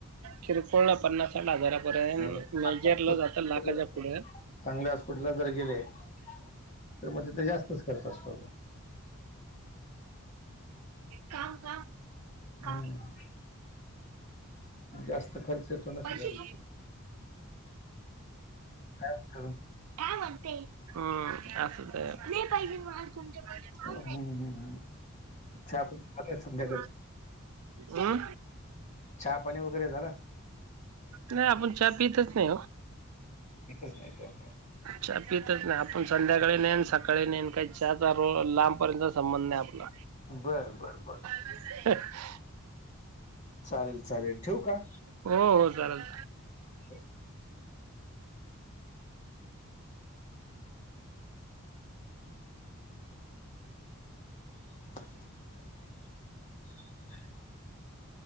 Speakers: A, on the right; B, on the left.
A: किरकोळला पन्नासा साठ हजारापर्यंत,
B: आणि
A: मेजरला जातं लाखाच्या पुढं.
B: चांगल्या हॉस्पिटलला जर गेले, तर मग तिथं जास्तच खर्च असतो तो.
A: काम काम
B: हम्म
A: हा,
B: जास्त खर्च येतो ना सगळ्या
A: पैसे
B: गोष्टी
A: देऊ?
B: काय करू?
A: काय म्हणते? हं असं पाहिजे, नाय पाहिजे मला तुमचे पैसे.
B: हम्म हम्म हम्म. चहा पाणी झालं संध्याकाळ
A: <unintelligible> अं?
B: चहा पाणी वगैरे झालं?
A: नाही आपण चहा पितच नाही ओ.
B: पीतच नाही तो
A: चहा पितात नाही आपण संध्याकाळी नेन सकाळी नेन काही चहा चा लांबपर्यंतचा संबंध नाही आपला.
B: बरं बरं बर.
A: <unintelligible>
B: चालेल चालेल ठेवु का?
A: हो हो चालेल.
B: ओके <unintelligible>